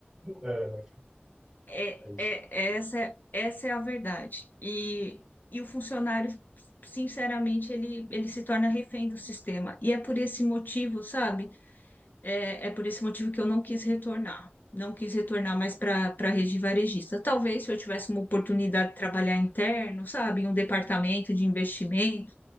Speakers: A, on the right; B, on the left.
A: É, né?
B: É,
A: É isso.
B: é- é, essa, é- essa é a verdade. E, e o funcionário, sinceramente, ele, ele se torna refém do sistema. E é por esse motivo, sabe? É, é por esse motivo que eu não quis retornar. Não quis retornar mais para para a rede varejista. Talvez se eu tivesse uma oportunidade de trabalhar interno, sabe? Em um departamento de investimento